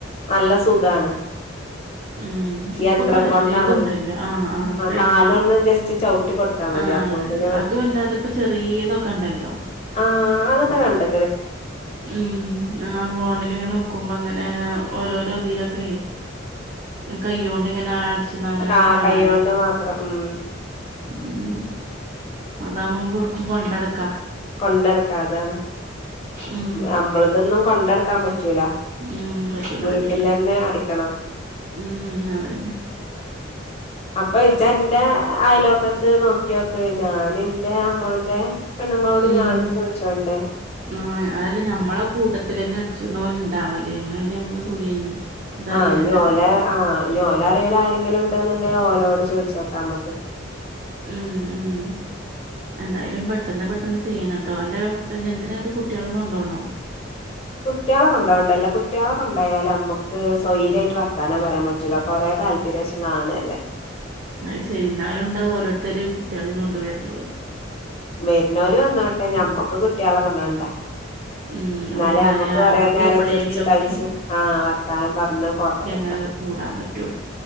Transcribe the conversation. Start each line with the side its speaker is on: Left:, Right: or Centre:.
Left: നല്ല സുഖാണ്
Right: ഉം ഇപ്പൊ
Left: യന്ത്രം
Right: പല
Left: കൊണ്ടാണല്ലോ
Right: പലേതും ണ്ടല്ലോ ആഹ് ആ കൈയും
Left: കാലൊന്ന് ജസ്റ്റ് ചവിട്ടി കൊടുത്താ മതി
Right: ആഹ്
Left: അപ്പോത്തിന്
Right: അങ്ങൻത്തെ അ ഇതുവല്ലാതെ ഇപ്പ ചെറീതൊക്കണ്ടല്ലോ
Left: ആ അതൊക്കെ കണ്ട്
Right: ഉം ആ ഫോണിൽങ്ങെ നോക്കുമ്പോ അങ്ങനെ ഓരോരോ ഇതിലൊക്കെ ആ കൈയോണ്ട്ങ്ങനെ അടിച്ചിണ അങ്ങനെയൊക്കെ
Left: ആ
Right: കാണാല്ലോ
Left: കൈയ്യോണ്ട് മാത്രം ഉം
Right: ഉം അതാമ്മം മ്മക്കൊടുക്കും കൊണ്ടടക്ക
Left: കൊണ്ടടക്കാതാണ്
Right: ഉം
Left: നമ്മളതൊന്നും കൊണ്ടടക്കാൻ പറ്റൂല
Right: ഉം പറ്റൂല
Left: വീട്ടിൽന്നെ
Right: പറ്റൂല
Left: അടിക്കണം
Right: ഉം അതന്നെ
Left: അപ്പൊ ഇജന്റെ അയലോക്കത്ത് നോക്കിയോക്ക് ഞാനും ന്റെ അമ്മോൻ്റെ പെണ്ണുങ്ങളോട്
Right: ഉം
Left: ഞാനും ചോയ്ച്ചോണ്ട്
Right: ആഹ് അതല്ല ഞമ്മളെന്നെ കൂട്ടത്തിലെന്ന അടിച്ച്ണോല്ണ്ടാവലേ അങ്ങനെണ്ടെങ്കി നമ്മക്ക് സുഖേനി. അതറിയില്ലല്ലോ
Left: ആഹ് ഇഞ്ഞോല
Right: നമ്മക്ക്
Left: ആഹ് ഇഞ്ഞോലറിവില് ആരെങ്കിലും ഉണ്ട് ന്ന് ണ്ടെ ഓലോട് ചോയിച്ചോക്കാ നമക്ക്
Right: ഉം ഉം എന്തായാലും പെട്ടെന്ന് പെട്ടെന്ന് ചെയ്യണട്ടോ. അല്ല കല്യാണത്തിന് ഇങ്ങട്ട് കുട്ട്യോളൊക്കെ കൊണ്ടോവണോ?
Left: കുട്ട്യാളെ കൊണ്ടോവണ്ടല്ലോ കുട്ട്യാളെ കൊണ്ടായാൽ നമ്മക്ക് സ്വൈരായിട്ട് വർത്താനം പറയാൻ പ റ്റൂല. കൊറെ കാലത്തിനേഷം കാണല്ലേ
Right: അഹ് ശരി. ഇന്നാലും ണ്ടാവും ഓരോരുത്തർ കുട്ട്യാളിം കൊണ്ട് വര്‌വ്
Left: വെര്‌നോല് വന്നോട്ടെ ഞമ്മക്ക് കുട്ട്യാളെ കൊണ്ടോവണ്ടാ.
Right: ഉം
Left: ഇന്നാലേ
Right: ഓല്ണ്ടായാ
Left: നമ്മക്ക് കുറെ നേരം
Right: എപ്പളേങ്കിലൊക്കെ
Left: ചിർച്ച് കൾച്ച് ആഹ് വർത്താനം പറഞ്ഞ് ഫോട്ടൊക്കെ
Right: ഇങ്ങ കൂടാൻ പറ്റാള്ളൂ.